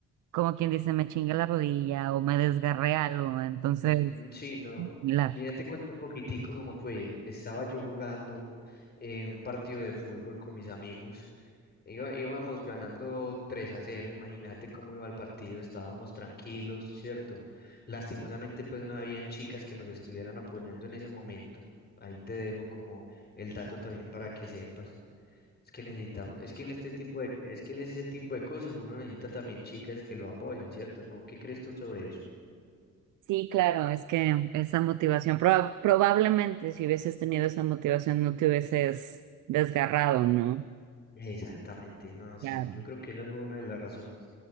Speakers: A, on the right; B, on the left.
A: como quien dice, me chingué la rodilla o me desgarré algo. Entonces,
B: Ujú, sí, no.
A: similar.
B: Mira, te cuento un poquitico cómo fue. Estaba yo jugando eh, un partido de fútbol con mis amigos Iba- íbamos ganando tres a cero imagínate cómo iba el partido, estábamos tranquilos, ¿cierto? Lastimosamente, pues no habían chicas que nos estuvieran apoyando en ese momento. Ahí te dejo como el dato también para que sepas. Es que necesitamos, es que en este tipo de, es que en este tipo de cosas uno necesita también chicas que lo apoyen, ¿cierto? ¿No? ¿Qué crees tú sobre eso?
A: Sí, claro, es que esa motivación, proba- probablemente si hubieses tenido esa motivación no te hubieses desgarrado, ¿no?
B: Exactamente, no, sí,
A: Claro.
B: yo creo que esa fue una de las razones.